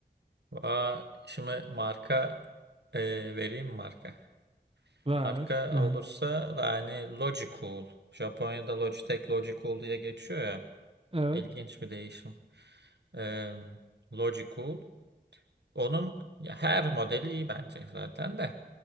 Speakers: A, on the right; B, on the right.
A: Aa, şimdi marka e, vereyim mi marka.
B: Ver
A: Marka
B: yani,
A: olursa yani Logicool. Japonya'da Logitech Logicool diye geçiyor ya.
B: evet
A: İlginç bir değişim. Ee, Logicool. Onun ya her modeli iyi bence zaten de.